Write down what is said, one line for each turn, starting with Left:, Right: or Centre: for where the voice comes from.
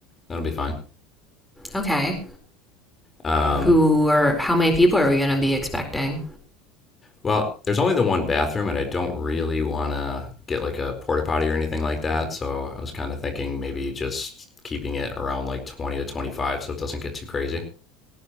Left: That'll be fine.
Centre: Okay.
Left: Um
Centre: Who are, how many people are we going to be expecting?
Left: well, there's only the one bathroom and I don't really want to get like a porta potty or anything like that, so I was kind of thinking maybe just keeping it around like 20 to 25 so it doesn't get too crazy.